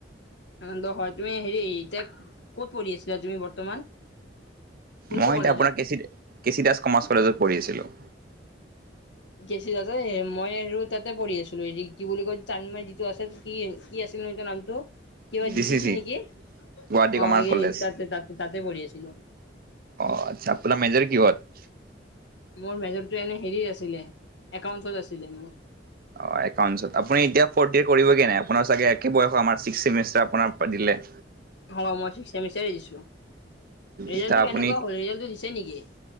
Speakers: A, on the left; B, on the right.
A: আনন্দ হয় তুমি হেৰি এতিয়া ক'ত পঢ়ি আছিলা তুমি বৰ্তমান কোনটো
B: মই
A: কলেজত
B: এতিয়া আপোনাৰ কে কেচি কে চি দাস কমাৰ্চ কলেজত পঢ়ি আছিলো
A: কেচি দাস মই আৰু তাতে পঢ়ি আছিলো কি বুলি কয় চান্দমাৰী যিটো আছে যে কি কি আছিল এনেকে নামটো, কিবা দিচিচি
B: জি চি চি
A: নেকি
B: গুৱাহাটী
A: অ
B: কমাৰ্চ কলেজ
A: এই তাতে তাতে তাতে পঢ়ি আছিলো।
B: অ আচ্ছা আপোনাৰ মেজৰ কিহত
A: মোৰ মেজৰটো এনে হেৰি আছিলে, একাউণ্ট আছিলে মোৰ।
B: অ একাউণ্টছত আপুনি এতিয়া ফ'ৰ্থ ইয়ে কৰিবগে নাই আপোনাৰ চাগে একে বয়সত আমাৰ ছিক্স চেমেষ্টাৰ আপোনাৰ দিলে।
A: অ মই ছিক্স ছেমিষ্টাৰে দিছোঁ, ৰিজাল্টো
B: এতিয়া আপুনি
A: কেনেকুৱা হ'ল ৰিজাল্টো দিছে নকি?